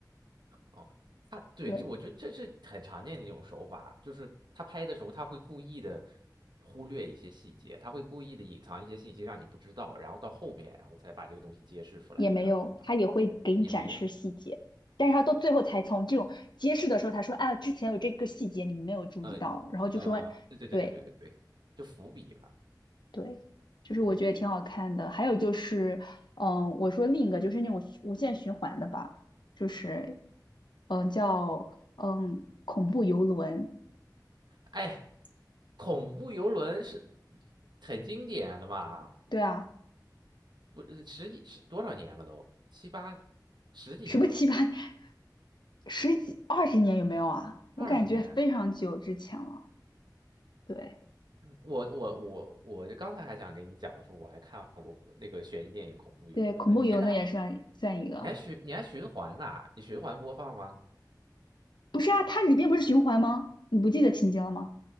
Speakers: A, on the right; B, on the left.
A: 哦，他对，
B: 对，
A: 这我觉得这是很常见的一种手法，就是他拍的时候，他会故意的忽略一些细节，他会故意的隐藏一些信息让你不知道，然后到后面，然后才把这个东西揭示出来，
B: 也没有，
A: 然后观众
B: 他也会给你展示细节，
A: 也没有，
B: 但是他到最后才从这种揭示的时候，他说啊，之前有这个细节你们没有注意到，
A: 呃呃，
B: 然后就说对
A: 对对对对对对对，就伏笔嘛，
B: 对，就是我觉得挺好看的。
A: 嗯，
B: 还有就是，嗯，我说另一个就是那种无限循环的吧，就是嗯叫嗯恐怖游轮，
A: 哎，恐怖游轮是很经典的嘛，
B: 对啊。
A: 不，呃十几十多少年了都，七八十几年了吧，
B: 什么七八年、十几二十年有没有啊？我感觉非常久之前了。
A: 二十年。
B: 对
A: 我我我我就刚才还想跟你讲说，我还看过那个悬疑电影《恐怖游轮》呢。
B: 对，恐怖游乐也算算一个。
A: 你现在还你还循你还循环呐、你循环播放吗？
B: 不是啊，它里边不是循环吗？你不记得情节了吗？